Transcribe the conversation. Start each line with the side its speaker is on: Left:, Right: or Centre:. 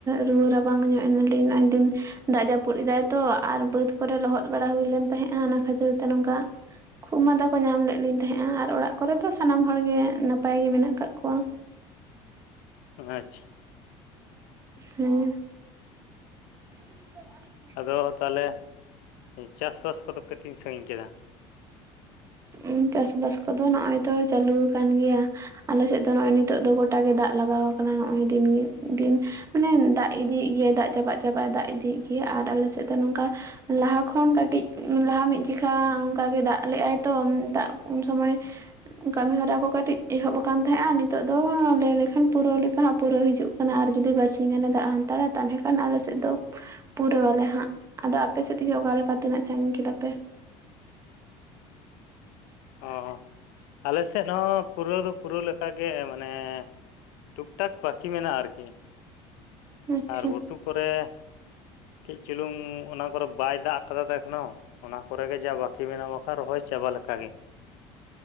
Right: ᱨᱩᱣᱟᱹ ᱨᱟᱵᱟᱝ ᱧᱚᱜ ᱮᱱᱟᱞᱤᱧ ᱱᱚᱸᱜᱼᱚᱭ ᱫᱤᱱ ᱾ ᱫᱟᱜ ᱡᱟᱹᱯᱩᱫ ᱮᱫᱟᱭ ᱛᱚ ᱟᱨ ᱵᱟᱹᱫᱽ ᱠᱚᱨᱮ ᱞᱚᱦᱚᱫ ᱵᱟᱲᱟ ᱦᱩᱭ ᱞᱮᱱ ᱛᱟᱦᱮᱸᱫᱼᱟ ᱚᱱᱟ ᱠᱷᱟᱹᱛᱤᱨ ᱛᱮ ᱱᱚᱝᱠᱟ᱾ ᱠᱷᱩᱜ ᱢᱟᱸᱫᱟ ᱠᱚ ᱧᱟᱢ ᱞᱮᱫ ᱞᱤᱧ ᱛᱟᱦᱮᱸᱜᱼᱟ ᱟᱨ ᱚᱲᱟᱜ ᱠᱚᱨᱮ ᱫᱚ ᱥᱟᱱᱟᱢ ᱦᱚᱲ ᱜᱮ ᱱᱟᱯᱟᱭ ᱜᱮ ᱢᱮᱱᱟᱜ ᱟᱠᱟᱜ ᱠᱚᱣᱟ ᱾
Left: ᱚ ᱟᱪᱪᱷ
Right: ᱦᱮᱸ᱾ <inaudible>
Left: ᱟᱫᱚ ᱛᱟᱦᱟᱞᱮ <inaudible> ᱪᱟᱥ ᱵᱟᱥ ᱠᱚᱫᱚ ᱯᱮ ᱛᱤᱱ ᱥᱟᱺᱜᱤᱧ ᱠᱮᱫᱟ?
Right: ᱩᱸ ᱪᱟᱥᱵᱟᱥ ᱠᱚᱫᱚ ᱱᱚᱸᱜᱼᱚᱭ ᱛᱚ ᱪᱟᱹᱞᱩᱣ ᱟᱠᱟᱱ ᱜᱮᱭᱟ ᱾ ᱟᱞᱮ ᱥᱮᱫ ᱫᱚ ᱱᱚᱜᱼᱚᱭ ᱱᱤᱛᱚᱜ ᱫᱚ ᱜᱚᱴᱟ ᱜᱮ ᱫᱟᱜ ᱞᱟᱜᱟᱣ ᱟᱠᱟᱱᱟ ᱱᱚᱜᱼᱚᱭ ᱫᱤᱱ ᱜᱮ ᱫᱤᱱ ᱾ ᱢᱟᱱᱮ ᱫᱟᱜ ᱤᱫᱤᱭᱮᱜ ᱜᱮᱭᱟᱭ, ᱫᱟᱜ ᱪᱟᱵᱟᱜ ᱪᱟᱵᱟᱜ ᱮ ᱫᱟᱜ ᱤᱫᱤᱭᱮᱜ ᱜᱮᱭᱟ ᱟᱨ ᱟᱞᱮ ᱥᱮᱫ ᱫᱚ ᱱᱚᱝᱠᱟ ᱞᱟᱦᱟ ᱠᱷᱚᱱ ᱠᱟᱹᱴᱤᱡ ᱞᱟᱦᱟ ᱢᱤᱫ ᱡᱤᱠᱷᱟ ᱚᱱᱠᱟ ᱜᱮ ᱫᱟᱜ ᱞᱮᱫᱟᱭ ᱛᱚ ᱫᱟᱜ ᱩᱱ ᱥᱚᱢᱚᱭ᱾ ᱠᱟᱹᱢᱤ ᱦᱚᱨᱟ ᱠᱚ ᱠᱟᱹᱴᱤᱡ ᱮᱦᱚᱵ ᱟᱠᱟᱱ ᱛᱟᱦᱮᱸᱜᱼᱟ, ᱱᱤᱛᱚᱜ ᱫᱚ ᱞᱟᱹᱭ ᱞᱮᱠᱷᱟᱱ ᱯᱩᱨᱟᱹᱣ ᱞᱮᱠᱟ ᱦᱟᱸᱜ ᱯᱩᱨᱟᱹᱣ ᱦᱤᱡᱩᱜ ᱠᱟᱱᱟ ᱟᱨ ᱡᱩᱫᱤ ᱵᱟᱨᱥᱤᱧ ᱜᱟᱱᱮ ᱫᱟᱜ ᱦᱟᱱᱛᱟᱲᱟ, ᱛᱟᱦᱟᱞᱮ ᱠᱷᱟᱱ ᱟᱞᱮ ᱥᱮᱫ ᱫᱚ ᱯᱩᱨᱟᱹᱣ ᱟᱞᱮ ᱦᱟᱸᱜ ᱾ ᱟᱫᱚ ᱟᱯᱮ ᱥᱮᱫ ᱛᱮᱜᱮ ᱚᱠᱟ ᱞᱮᱠᱟ ᱛᱤᱱᱟᱹᱜ ᱥᱟᱺᱜᱤᱧ ᱠᱮᱫᱟ ᱯᱮ?
Left: ᱚ ᱟᱞᱮ ᱥᱮᱫ ᱦᱚᱸ ᱯᱩᱨᱟᱹᱣ ᱫᱚ ᱯᱩᱨᱟᱹᱣ ᱞᱮᱠᱟᱜᱮ, ᱢᱟᱱᱮ ᱴᱩᱠ ᱴᱟᱠ ᱵᱟᱠᱤ ᱢᱮᱱᱟᱜᱼᱟ ᱟᱨᱠᱤ ᱾
Right: ᱟᱪᱪᱷᱟ
Left: <inaudible> ᱟᱨ ᱜᱷᱩᱴᱩ ᱠᱚᱨᱮ ᱠᱟᱹᱡ ᱪᱩᱞᱩᱝ ᱚᱱᱟ ᱠᱚᱨᱮ ᱵᱟᱭ ᱫᱟᱜ ᱟᱠᱟᱫᱟ ᱛᱚ ᱮᱠᱷᱚᱱᱳ ᱾ ᱚᱱᱟ ᱠᱚᱨᱮ ᱜᱮ ᱡᱟ ᱵᱟᱹᱠᱤ ᱢᱮᱱᱟᱜ-ᱟ, ᱵᱟᱠᱷᱟᱱ ᱨᱚᱦᱚᱭ ᱪᱟᱵᱟ ᱞᱮᱠᱟ ᱜᱮ ᱾